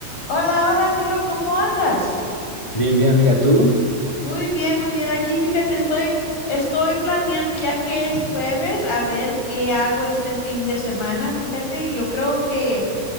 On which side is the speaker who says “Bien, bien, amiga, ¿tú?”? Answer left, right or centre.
Left